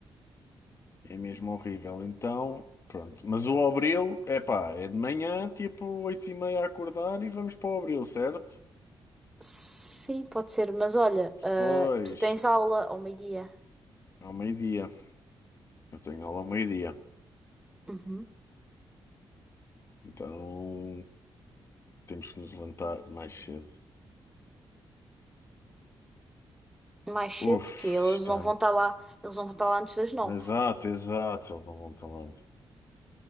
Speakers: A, on the left (about 35°); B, in the centre.
A: É mesmo horrível. Então, pronto. Mas o Abril, é pá, é de manhã, tipo 8 e meia a acordar e vamos para o Abril, certo?
B: Sim, pode ser. Mas olha,
A: Depois,
B: ah, tu tens aula ao meio-dia.
A: ao meio-dia. Eu tenho aula ao meio-dia.
B: Uhum.
A: Então, temos que nos levantar mais cedo.
B: Mais cedo
A: Uf,
B: que eles
A: está.
B: não vão estar lá. Eles não vão estar lá antes das nove.
A: Exato, exato. Eles não vão para lá.